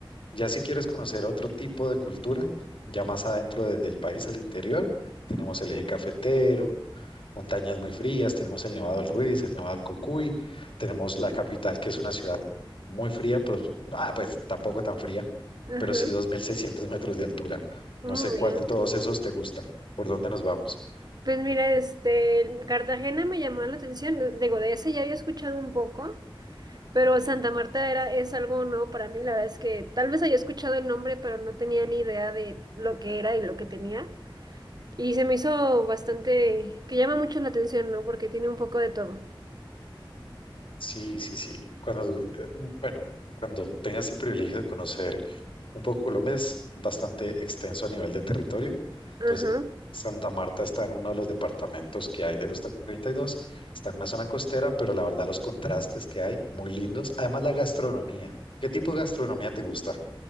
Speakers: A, on the left; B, on the right.
A: Ya si quieres conocer otro tipo de cultura, ya más adentro de- del país, al interior, tenemos el eje cafetero, montañas muy frías, tenemos el Nevado del Ruiz, el Nevado del Cocuy, tenemos la capital, que es una ciudad muy fría, pues, ah, pues tampoco tan fría,
B: Ajá,
A: pero sí 2.600 metros de altura.
B: muy
A: No sé cuál
B: alto.
A: de todos esos te gusta, por dónde nos vamos.
B: Pues mira, este, Cartagena me llamó la atención, digo, de ese ya había escuchado un poco, pero Santa Marta era, es algo nuevo para mí, la verdad es que tal vez había escuchado el nombre, pero no tenía ni idea de lo que era y lo que tenía. Y se me hizo bastante, que llama mucho la atención, ¿no? Porque tiene un poco de todo.
A: Sí, sí, sí. Cuando, eh, bueno, cuando tengas el privilegio de conocer un poco Colombia, es bastante extenso a nivel de territorio. Entonces,
B: Ajá.
A: Santa Marta está en uno de los departamentos que hay de los 32. Está en una zona costera, pero la verdad los contrastes que hay, muy lindos. Además, la gastronomía. ¿Qué tipo de gastronomía te gusta?